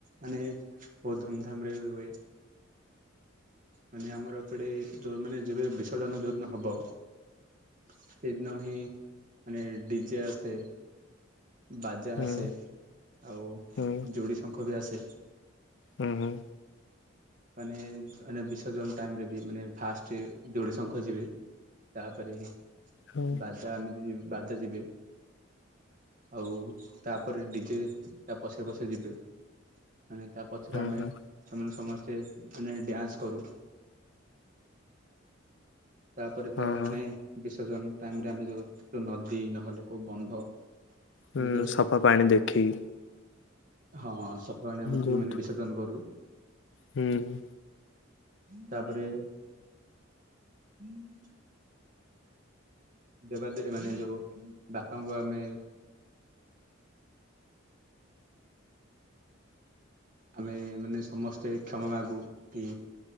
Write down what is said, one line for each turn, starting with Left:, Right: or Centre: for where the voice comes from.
Right: ମାନେ ବହୁତ ଧୁମଧାମ ରେ ବି ହୁଏ। ମାନେ ଆମର ଏପଟେ ଯୋଉ ମାନେ ଯୋଉ ବିସର୍ଜନ ଯୋଉଦିନ ହବ ସେଦିନ ହିଁ ମାନେ ଡିଜେ ଆସେ, ବାଜା
Left: ହୁଁ
Right: ଆସେ। ଆଉ
Left: ହୁଁ
Right: ଯୋଡ଼ି ଶଙ୍ଖ ବି ଆସେ।
Left: ହୁଁ ହୁଁ
Right: ମାନେ, ମାନେ ବିସର୍ଜନ ଟାଇମ ରେ ବି ମାନେ ଫାଷ୍ଟ ଯୋଡି ଶଙ୍ଖ ଯିବେ। ତାପରେ
Left: ହୁଁ
Right: ବାଜା ଏମିତି ବାଜା ଯିବେ। ଆଉ ତାପରେ ଡିଜେ ତା ପଛେ ପଛେ ଯିବେ। ମାନେ ତା ପଛରେ
Left: ହୁଁ
Right: ଆମେ
Left: ହୁଁ
Right: ସେମାନେ ସମସ୍ତେ ମାନେ ଡ୍ୟାନ୍ସ କରୁ। ତାପରେ ତ
Left: ହଁ ହଁ
Right: ମାନେ ବିସର୍ଜନ ଟାଇମ ରେ ଆମେ ଯୋଉ ନଦୀ, ନହେଲେ କୋଉ ବନ୍ଧ
Left: ହୁଁ
Right: ମାନେ ଦୌଡେ।
Left: ସଫା ପାଣି ଦେଖିକି
Right: ହଁ <unintelligible>
Left: ଯୋଉଠୁ
Right: ଜନ କରୁ।
Left: ହୁଁ
Right: ତାପରେ- ହୁଁ ଦେବାଦେବୀ ମାନେ ଯୋଉ ବାପାଙ୍କୁ ଆମେ ଆମେ ମାନେ ସମସ୍ତେ କ୍ଷମା ମାଗୁ କି